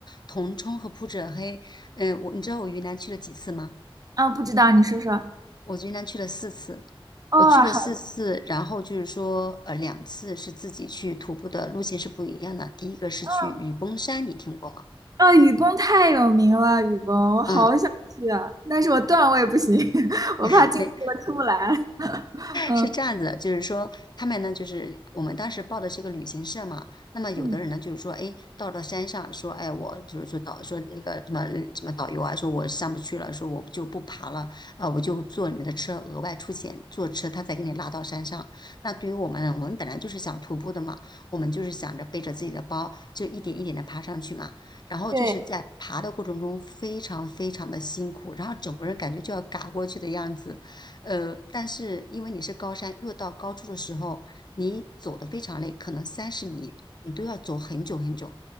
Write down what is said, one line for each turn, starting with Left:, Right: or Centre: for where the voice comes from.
Left: 铜冲和普者黑。嗯，我你知道我云南去了几次吗？
Right: 啊，不知道，你说说。
Left: 我云南去了四次，
Right: 哦，
Left: 我去了四次，
Right: 好。
Left: 然后就是说，呃，两次是自己去徒步的，路线是不一样的。第一个是去雨崩山，
Right: 的，
Left: 你听过吗？
Right: 啊，雨崩太有名了，雨崩，我好想去啊，
Left: 嗯，
Right: 但是我段位不行，<laughs> 我怕进去了出不来。
Left: <laughs> 没。
Right: 嗯
Left: 是这样子的，就是说他们呢，就是我们当时报的是个旅行社嘛，那么有的人呢，
Right: 嗯，
Left: 就是说，哎，到了山上说，哎，我就是说导说那个什么什么导游啊，说我上不去了，说我就不爬了，啊、我就坐你们的车，额外出钱坐车，他再给你拉到山上。那对于我们呢，我们本来就是想徒步的嘛，我们就是想着背着自己的包，就一点一点的爬上去嘛。然后就是在爬的过程中非常非常的辛苦，
Right: 对，
Left: 然后整个人感觉就要嘎过去的样子。呃，但是因为你是高山，越到高处的时候，你走的非常累，可能三十米你都要走很久很久，